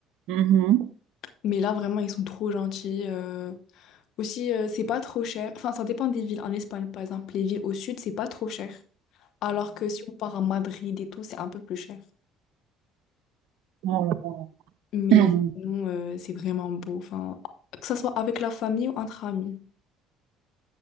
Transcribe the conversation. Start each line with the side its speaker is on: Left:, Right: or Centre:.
Right: Mhm.
Left: Mais là, vraiment, ils sont trop gentils. euh. Aussi, euh, c'est pas trop cher. Enfin, ça dépend des villes. En Espagne, par exemple, les villes au sud, c'est pas trop cher. Alors que si on part à Madrid et tout, c'est un peu plus cher.
Right: Oh là là.
Left: Mais
Right: Mhm.
Left: sinon, euh, c'est vraiment beau. Enfin, que ce soit avec la famille ou entre amis.